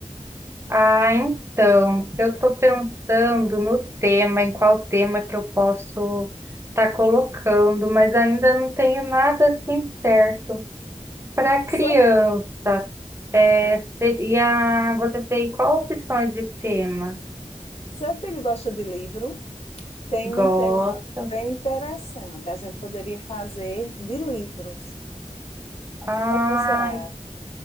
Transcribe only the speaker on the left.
Seu,
seu filho gosta de livro, tem
um tema bem interessante. A gente poderia fazer de livros.
O que é que você acha?